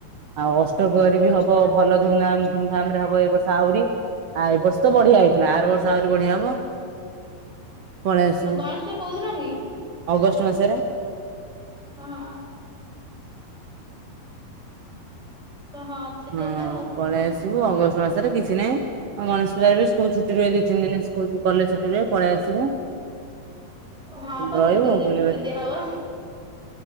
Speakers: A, on the right; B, in the centre.
A: ଆଉ ଅଷ୍ଟପ୍ରହରୀ ବି ହବ ଭଲ ଧୁମଧାମ ଧୁମଧାମ ରେ ହବ ଏ ବର୍ଷ ଆହୁରି। ଆଉ ଏ ବର୍ଷ ତ ବଢିଆ ହେଇଥିଲା ଆର ବର୍ଷ ଆହୁରି ବଢିଆ ହବ। ପଳେଇ ଆସିବୁ
B: ତ ଗଣେଶ ପୂଜା କୋଉ ଦିନ କି?
A: ଅଗଷ୍ଟ ମାସରେ।
B: ହଁ। ତ ହଁ। ଅଛି ତ
A: ହଁ
B: ଏବେ ଆଉ କଣ
A: ପଳେଇ
B: ଅଛି।
A: ଆସିବୁ ଅଗଷ୍ଟ ମାସରେ କିଛି ନାହିଁ ଅ ଗଣେଶ ପୂଜାରେ ବି ସ୍କୁଲ ଛୁଟି ରହେ ଦି ତିନି କଲେଜ ଛୁଟି ରେ ପଳେଇ ଆସିବୁ।
B: ହଁ ପା
A: ରହିବୁ
B: ଦି ତିନି ଦିନ
A: ବୁଲିବା
B: ଛୁଟି ଦିଆହବ।